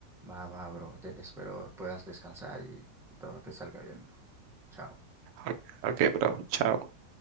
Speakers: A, in the centre; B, on the right.
A: Va, va, bro. Te- espero puedas descansar y, y todo te salga bien, bro. Chao.
B: Ok, ok, bro, chao.